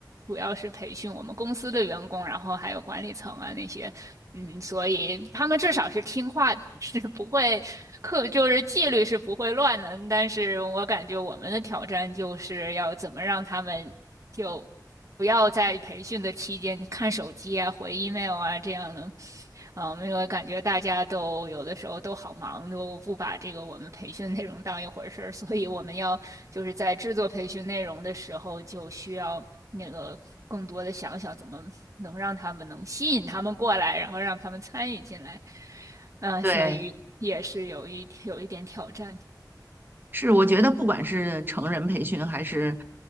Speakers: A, on the right; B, on the right.
A: 主要是培训我们公司的员工，然后还有管理层啊那些，嗯，所以他们至少是听话的，<laughs> 是不会课就是纪律是不会乱的。但是我感觉我们的挑战就是要怎么让他们就。不要在培训的期间看手机啊、回 email 啊这样的，啊，因为感觉大家都有的时候都好忙，都不把这个我们培训内容当一回事儿，所以我们要就是在制作培训内容的时候，就需要那个更多的想想怎么能让他们能吸引他们过来，然后让他们参与进来，嗯，
B: 对，
A: 所以也是有一有一点挑战，
B: 是我觉得不管是成人培训还是